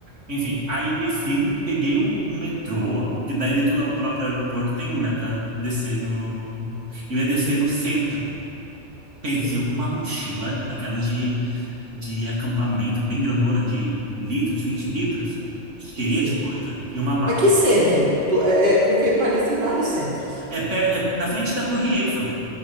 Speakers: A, on the right (about 70°); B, on the right (about 40°).
A: Enfim, aí eu desci, peguei um, um metrô, que daí dentro do próprio aeroporto tem um, né, pra descer no. Eu ia descer
B: Sim,
A: no centro. Pensei
B: sim,
A: com uma mochila, aquela de, de acampamento, bem grandona, de litros, 20 litros, cheia
B: sim.
A: de coisa, e uma mala.
B: Mas que centro? Po- É, é porque Paris tem vários centros.
A: É, per- é na frente da Torre Eiffel,